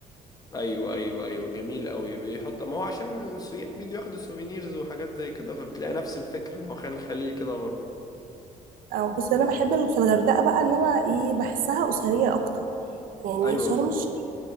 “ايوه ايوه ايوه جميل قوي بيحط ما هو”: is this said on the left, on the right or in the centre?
Left